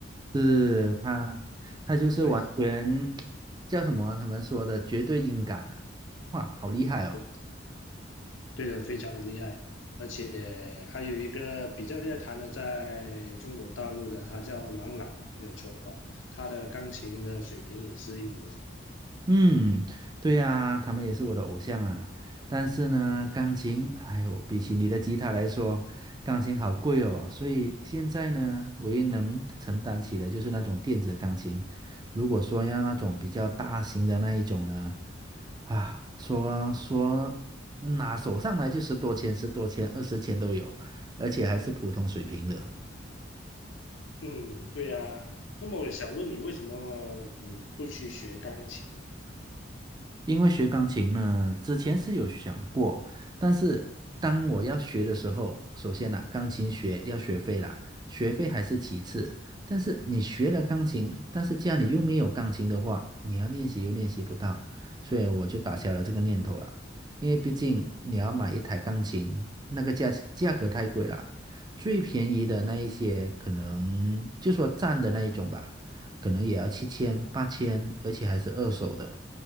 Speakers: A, on the right; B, on the left.
A: 是他，他就是完全
B: 对，
A: 叫什么啊他们说的绝对音感啊！哇，好厉害哦！
B: 对的，对的，非常的厉害，而且还有一个比较厉害弹的，在中国大陆的，他叫郎朗嘛，没有错的话，他的钢琴的水平也是一流啊。
A: 嗯，对呀，他们也是我的偶像啊。但是呢，钢琴，哎呦，比起你的吉他来说，钢琴好贵哦。所以现在呢，唯一能承担起的就是那种电子钢琴。如果说要那种比较大型的那一种呢，啊，说说拿手上来就十多千、十多千、二十千都有，而且还是普通水平的。
B: 嗯，对啊。那么我想问你，为什么你不去学钢琴呢？
A: 因为学钢琴呢，之前是有想过，但是当我要学的时候，首先呢，钢琴学要学费啦，学费还是其次。但是你学了钢琴，但是家里又没有钢琴的话，你要练习又练习不到，所以我就打消了这个念头了。因为毕竟你要买一台钢琴，那个价价格太贵了，最便宜的那一些可能就说站的那一种吧。可能也要七千、八千，而且还是二手的。